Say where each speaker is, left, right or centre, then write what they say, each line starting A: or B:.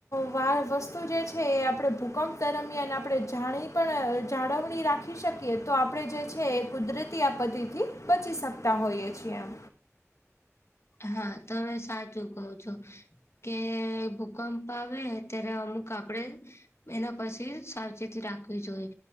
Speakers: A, on the left; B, on the left.
A: વા વસ્તુ જે છે એ આપણે ભૂકંપ દરમિયાન આપણે જાણી પણ જાળવણી રાખી શકીએ, તો આપણે જે છે એ કુદરતી આપત્તિથી બચી શકતા હોઈએ છીએ એમ.
B: હા. તમે સાચું કહો છો. કે ભૂકંપ આવે ત્યારે અમુક આપણે એના પછી સાવચેતી રાખવી જોઈએ.